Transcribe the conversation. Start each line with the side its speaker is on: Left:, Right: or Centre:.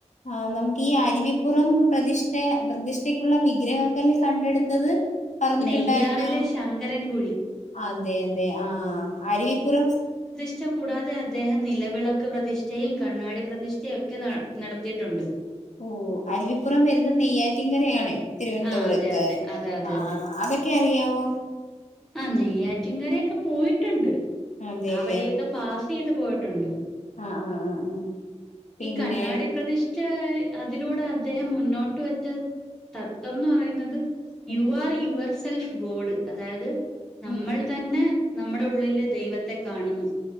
Left: ആഹ് നമുക്ക് ഈ അരുവിപ്പുറം പ്രതിഷ്ഠ പ്രതിഷ്ഠക്കുള്ള വിഗ്രഹൊ ക്കല്ല് കണ്ടെടുത്തത്? പറഞ്ഞിട്ടുണ്ടായിരുന്നോ
Centre: നെയ്യാറിലെ ശങ്കരൻ കുഴി.
Left: അതെ അതെ ആഹ് അരിവിപ്പുറം
Centre: പ്രധിഷ്ട കൂടാതെ അദ്ദേഹം നിലവിളക്ക് പ്രതിഷ്ഠയും കണ്ണാടി പ്രതിഷ്ഠയും ഒക്കെ നടത്തിട്ടുണ്ട്.
Left: ഓഹ് അരുവിപ്പുറം വരുന്ന നെയ്യാറ്റിൻകരയാണ് തിരുവനന്തപുരത്ത്
Centre: ആ അതെ അതെ അതെ അതെ
Left: ആഹ്
Centre: അതെ
Left: അതൊക്കെ അറിയാവോ
Centre: ആഹ് നെയ്യാറ്റിൻകരൊക്കെ പോയിട്ടുണ്ട്
Left: അതെല്ലേ
Centre: ആ വഴിയൊക്കെ പാസ് ചെയ്ത് പോയിട്ടുണ്ട്
Left: ആഹ് ആഹ് ആഹ് ആഹ് പിന്നെ
Centre: ഈ കണ്ണാടി പ്രതിഷ്ഠ പ്രധിഷ്ട അതിലൂടെ അദ്ദേഹം മുന്നോട്ട് വെച്ച തത്വംന്ന് പറയുന്നത്
Left: ഉം
Centre: you are your self god അതായത് നമ്മൾ
Left: ഉം ഉം
Centre: തന്നെ നമ്മുടെ ഉള്ളില് ദൈവത്തെ കാണുന്നു